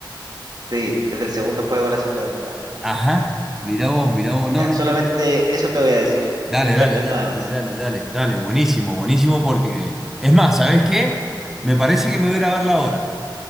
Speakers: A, on the right; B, in the centre.
A: sí, es del segundo juego de la segunda temporada.
B: Ajá. Mirá vos, mirá vos. No,
A: Ya,
B: no,
A: solamente
B: no.
A: eso te voy a decir,
B: Dale, dale,
A: <laughs>
B: dale,
A: nada más.
B: dale, dale, dale, dale. Buenísimo, buenísimo porque. Es más, ¿sabés qué? Me parece que me voy a ir a verla ahora.